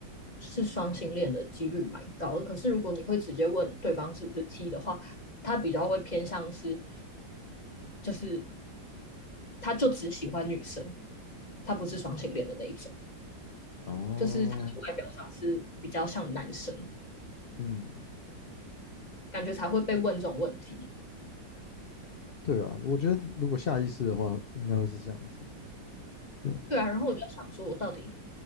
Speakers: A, on the left (about 25°); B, on the left (about 80°).
A: 是双性恋的几率蛮高的，可是如果你会直接问对方是不是 T 的话，他比较会偏向是，就是他就只喜欢女生，他不是双性恋的那一种。
B: 哦，
A: 就是他的外表上是比较像男生，
B: 嗯，
A: 感觉才会被问这种问题。
B: 对啊，我觉得如果下意识的话，应该会是这样子。对，
A: 对啊，然后我就在想说，我到底